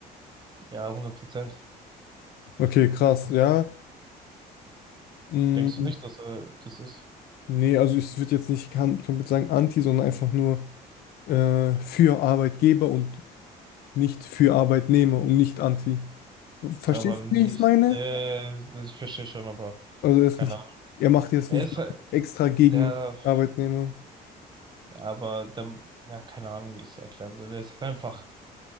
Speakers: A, on the right (about 25°); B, on the left (about 70°).
A: ja, hundert Prozent.
B: Okay, krass, ja. Mm,
A: Denkst du nicht, dass er das ist?
B: Nee, also ich würde jetzt nicht kan- komplett sagen anti, sondern einfach nur äh, für Arbeitgeber und nicht für Arbeitnehmer und nicht anti. Verstehst
A: Aber
B: du,
A: nicht,
B: wie ich es meine?
A: äh, ich verstehe schon, aber
B: Also er ist
A: keine
B: nicht,
A: Ahnung.
B: er macht jetzt
A: Er
B: nicht
A: ist halt,
B: extra gegen
A: ja,
B: Arbeitnehmer.
A: Aber dann, ja, keine Ahnung, wie ich es erklären soll. Er ist einfach,